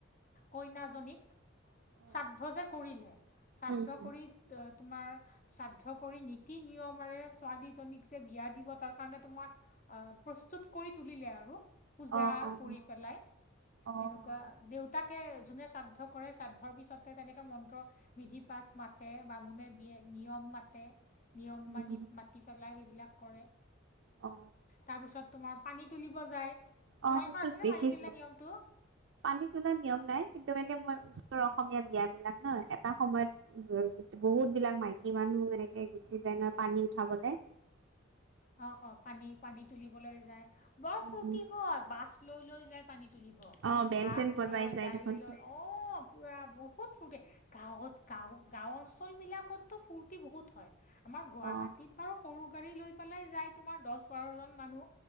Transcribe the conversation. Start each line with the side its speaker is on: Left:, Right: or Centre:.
Left: কইীক
Right: অ।
Left: শ্ৰাদ্ধ যে কৰিলে শ্ৰাদ্ধ
Right: উম হুম।
Left: কৰি তোমাৰ শ্ৰাদ্ধ কৰি ীতি নিয়মেৰে ছোৱালী যে বিয়া দিব তাৰ কাৰ তোমাৰ প্ৰস্তুত কৰি তুলিলে আৰু পূজা
Right: অ', অ',
Left: কৰি পেলাই
Right: অ'।
Left: তেনেকুৱা দেউতাক তেনেকে যোনে শ্ৰাদ্ধ কৰে শ্ৰাদ্ধৰ পিছতে তেনেকে মন্ত্ৰ মধি পাঠ মাতে বামুণে বিয় নিয়ম মাতে নিয়ম
Right: উম, হুম,
Left: মানি
Right: হুম,
Left: মাতি পেলাই সেইবিলাক কৰে
Right: অ',
Left: তাৰপিছত তোমাৰ পানী তুলিব যায়
Right: অ',
Left: তোমালোকৰ
Right: সেইটোত
Left: আছেনে
Right: দেখিছো।
Left: পানী তুলা নিয়মটো
Right: পানী তোলাৰ নিয়ম নাই কিন্তু মানে মই উচ্চৰ অসমীয়া বিয় বিলাক ন এটা সময়ত উ বুত দ স মানুহ এনেকে গুচি যায় না উঠাবলৈ
Left: উ অ অ পানী পানী তুলিবলৈ যায় বৰ
Right: উম,
Left: ফূৰ্তি হয় বাছ লৈ লৈ যায় পানী তুলিব
Right: অ', বেন
Left: বাছ
Right: চেন বজাই
Left: লৈ
Right: যায়
Left: গাড়ী
Right: দেখোন।
Left: লৈ অ পুৰা বহুত ফূৰ্ত গাঁৱত গাঁওঁ গাঁও অঞ্চল বিলাকততো ফূৰ্তি বহুত হয় আমাৰ গুৱাহাট
Right: অ',
Left: আৰু সৰু গাড়ী লৈ পেলাই যায় তোমাৰ দহ বাৰজন মানুহ